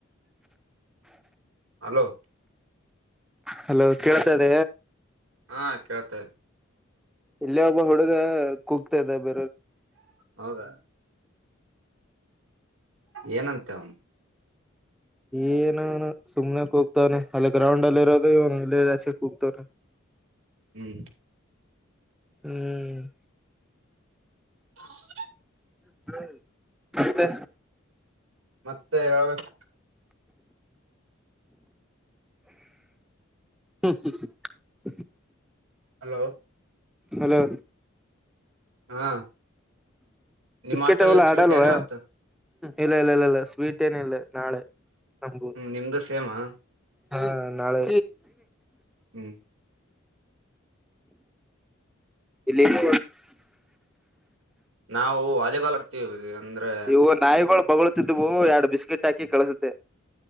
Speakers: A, on the right (about 85°); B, in the centre.
A: ಹಲೋ
B: ಹಲೋ ಕೇಳ್ತಾ್ದ
A: ಹಾ ಕೇಳ್ತಾ ಇದ
B: ಇಲ್ಲಿೇ ಒಬ್ಬ ಹುಡುಗ ಕೂಗ್ತಾ ಇದೆ ಬ
A: ಹೌದಾ ಏನಂತ ಅವನು
B: ಏನ ಸುಮ್ನೆ ಹೋಗ್ತಾ ಅವ್ನೆ ಗ್ರಾೌಂಡಲಿ ಇರದು ಆಚೆ ಕೊಗ್ತಾವ್ರೆ
A: ಹ್ಮ್
B: ಹ್ಮ್
A: ಹ
B: ಹ ಮತ್ತೆ
A: ಮತ್ತೆ ಹೇಳಬೇಕು
B: ಹ್ಮ್ ಹ್ಮ್
A: ಹಲೋ
B: ಹಲೋ
A: ಹಾ ನಿಮ್ಮ್
B: ಕ್ರಿಕೆಟ್
A: ಹಾಸ್ಟೆಲ್
B: ಅವವೆಲ್ಲ
A: ಅಲ್ಲಿ ಸ್ವೀಟ್
B: ಆಡಲ್ವಾ
A: ಏನ ಇವತ್ತು
B: ಇಲ್ಲ ಇಲ್ಲ ಇಲ್ಲ ಇಲ್ಲ ಸ್ವೀಟ್ ಏನ ಇಲ್ಲ ನಾಳೆ ನಮ್ಗೂ
A: ಹ್ಮ ನಿಮ್ದು ಸೇಮಾ
B: ಹಾ ನಾಳೆ
A: ಹ್ಮ್
B: ಇಲ್ಲಿ ಇಲ್ಲ
A: ನಾವು ವಾಲಿಬಾಲ್ ಆಡ್ತೀವಿ ಅಂದ್ರೆ
B: ಇವು ನಾಯಿಗಳು ಬೊಗಳುತಿದ್ವು ಎರಡು ಬಿಸ್ಕೆಟ್ ಹಾಕಿ ಕಳಸುತ್ತೆ